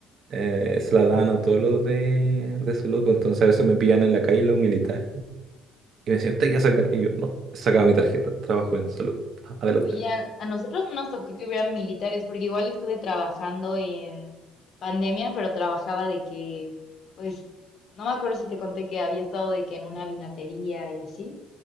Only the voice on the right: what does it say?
eh, se la daban a todos los de, de salud, pues entonces a veces me pillan en la calle los militares, y me decían, ¿usted qué saca? Y yo, no, sacaba mi tarjeta, trabajo en salud, adelante.